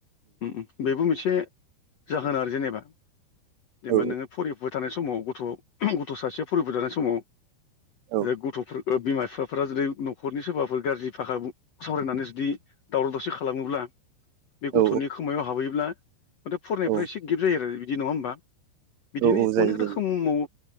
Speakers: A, on the left (about 80°); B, on the right (about 80°).
A: उम उम बेबो मोनसे जा <unintelligible> आरो जेनेबा देमबा
B: औ
A: नोङो फरिफुबाय थानाय समाव गथ' गथ' सासेया फरिबो <unintelligible> समाव ओ
B: औ
A: <unintelligible> गथ'फोर ओ बिमा- बिफाफ्रा जुदि न'खरनि सोरबाफोर गाज्रि भाखा बु सावरायनानै जुदि दावराव दावसि खालामोब्ला बे
B: औ
A: गथ'नि खोमायाव हाबहैब्ला <unintelligible> फरायनायफ्रा
B: औ
A: एसे गेफ्ट जायो आरो बिदि नङा होमबा बिदिनो
B: औ औ जायो
A: अनेक
B: जायो
A: रोखोमाव